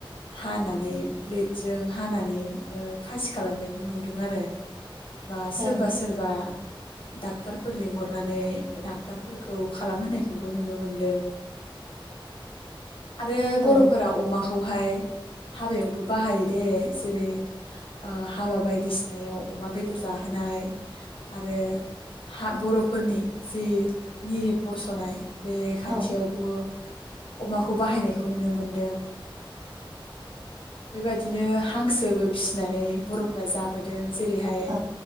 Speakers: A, on the left (about 80°); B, on the right (about 45°).
A: हानानै ब्लेडजों हानानै ओ खासि खालामनायखौ नुदों आरो बा
B: ओं
A: सोरबा सोरबा डाक्टारफोर लिंहरनानै डाक्टारफोरखौ खालामहोनायखौबो नुनो मोनदों आरो
B: औ
A: बर'फोरा अमा खौहाय हाबायावबो बाहायो दे जेरै ओ हाबा बायदिसिनायाव अमा बेदर जाहोनाय आरो हा बर'फोरनि जे निरिद बसनाय बे खान्थियाव
B: औ
A: अमाखौ बाहायनायखौ नुनो मोनदों। बेबायदिनो हांसोबो फिसिनानै बर'फोरा जाबोदों जेरैहाय
B: औ